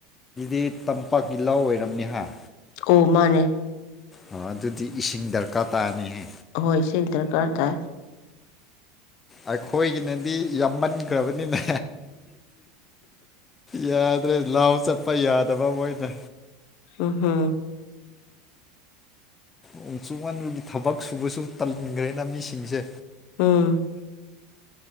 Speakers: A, on the left; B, on the left.
A: ꯑꯩ ꯇꯝꯄꯥꯛꯀꯤ ꯂ ꯑꯣꯏꯔꯝꯅꯤ ꯍꯥꯏ
B: ꯑꯣ ꯃꯥꯅꯦ
A: ꯑꯣ ꯑꯗꯨꯗꯤ ꯏꯁꯤꯡ ꯗꯔꯀꯥꯔ ꯇꯥꯔꯅꯤꯍꯦ
B: ꯍꯣꯏ ꯁꯤ ꯏꯗꯔ ꯀꯔꯗ
A: ꯑꯩꯈꯣꯏꯒꯤꯅꯗꯤ ꯌꯥꯝꯃꯟ ꯭ꯔꯕꯅꯤꯅꯥ ꯌꯥ ꯑꯗꯨ꯭ꯔ ꯂꯥꯎ ꯆꯠꯄ ꯌꯥꯗꯕ ꯃꯣꯏꯅ
B: ꯎ ꯍꯝ
A: ꯎꯣꯡꯆꯨ ꯉꯂꯨꯒꯤ ꯊꯕꯛ ꯁꯨꯕꯁꯨ ꯇꯟꯈ꯭ꯔꯦꯅ ꯃꯤꯁꯤꯡꯁꯦ
B: ꯎꯝ